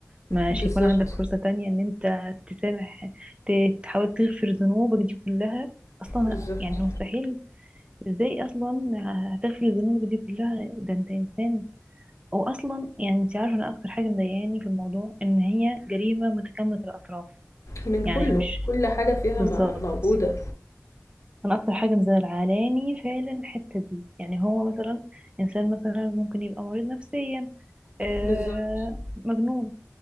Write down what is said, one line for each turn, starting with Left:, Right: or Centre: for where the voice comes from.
Right: مش
Left: بالضبط،
Right: هيكون عندك فرصة تانية ان انت تسامح ت- تحاول تغفر ذنوبك دي كلها اصلا
Left: بالضبط،
Right: يعني مستحيل ازاي اصلا هتغفر ذنوبك دي كلها ده انت انسان او اصلا يعني انت عارفة انا اكتر حاجة مضايقاني في الموضوع ان هي جريمة متكاملة الاطراف
Left: من
Right: يعني
Left: كلّه،
Right: مش
Left: كل حاجة فيها
Right: بالظبط
Left: م موجودة،
Right: انا اكتر حاجه مزعلاني فعلا الحته دي يعني هو مثلا انسان مثلا ممكن يبقى مريض نفسيا آه
Left: بالضبط،
Right: مجنون